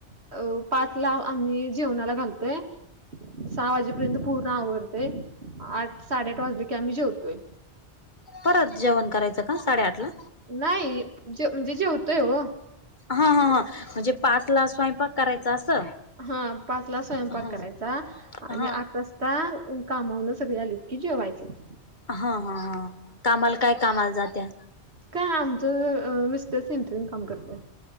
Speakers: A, on the right; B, on the left.
A: अ... पाचला आम्ही जेवणाला घालतोय, सहा वाजे र्यंत पोरं आवरतेय, आठ साडेआठ वाजली की आम्ही जेवतोय.
B: परत जेवण करायचं का साडेआठला?
A: नाई.... जे... म्हणजे जेवतोय हो.
B: हा हा हां... म्हणजे पाचला स्वैपाक करायचा असं?
A: हा... पाचला स्वयंपाक
B: हा
A: करायचा, आणि
B: हा हा
A: आठ वाजता कामाहून सगळी आलीत की जेवायचं.
B: हा हा हं... कामाला काय, कामाला जात्या?
A: काय आमचं... अ... मिस्टर सेंटरिंग काम करत्यात.